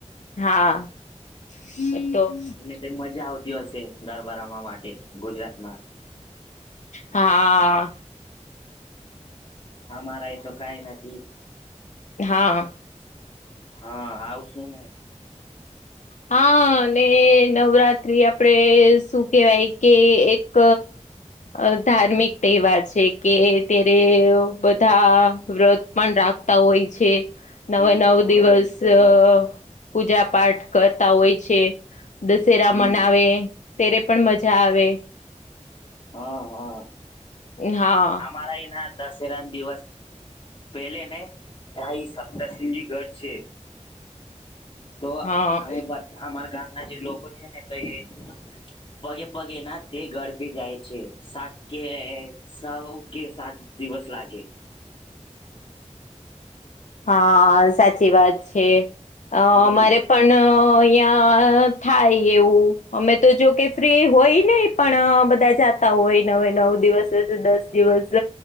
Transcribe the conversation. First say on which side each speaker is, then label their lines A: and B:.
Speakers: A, on the left; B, on the left.
A: હા હમ્મ હતો.
B: તે મજા આવતી હશે ગરબા રમવા માટે ગુજરાતમાં.
A: હા.
B: અમારાય તો કાંઈ નથી.
A: હા
B: હા આવશુ ને.
A: હા અને નવરાત્રી આપડે શું કેવાય કે એક. અ ધાર્મિક તહેવાર છે કે ત્યારે બધા. વ્રત પણ રાખતા હોય છે. નવે નવ
B: હા
A: દિવસ અ પૂજા પાઠ. કરતા હોય છે દશેરા
B: હમ
A: મનાવે તેરે પણ મજા આવે.
B: હા હા
A: હા
B: અમારા એના દશેરા ની દિવસ પેલે ને હા એ સપ્તસિહજી ઘર છે. તો
A: હા.
B: અમે અમારા ગામના જે લોકો છે ને તો એ પગે પગે ના તે ઘર પે જાય છે સાત કે સૌ કે સાત દિવસ લાગે
A: હા સાચી વાત છે અ
B: હમ
A: અમારે પણ અહિયાં થાય એવું અમે તો જો કે ફ્રી હોય નેય પણ બધા જાતા હોય નવે નવ દિવસ દસે દસ દિવસ